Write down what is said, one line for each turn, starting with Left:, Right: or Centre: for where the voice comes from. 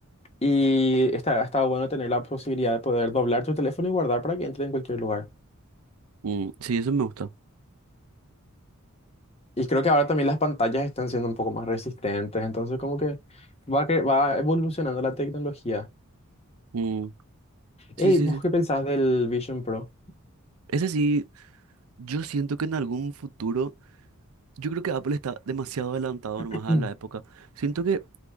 Left: y está, está bueno tener la posibilidad de poder doblar tu teléfono y guardar para que entre en cualquier lugar.
Right: Mm, sí, eso me gusta.
Left: Y creo que ahora también las pantallas están siendo un poco más resistentes, entonces como que va, que va evolucionando la tecnología.
Right: Mm, sí,
Left: Ey,
Right: sí,
Left: ¿vos
Right: sí.
Left: qué pensás del Vision Pro?
Right: Ese sí, yo siento que en algún futuro... Yo creo que Apple está demasiado adelantado nomás
Left: <clears throat>
Right: a la época. Siento que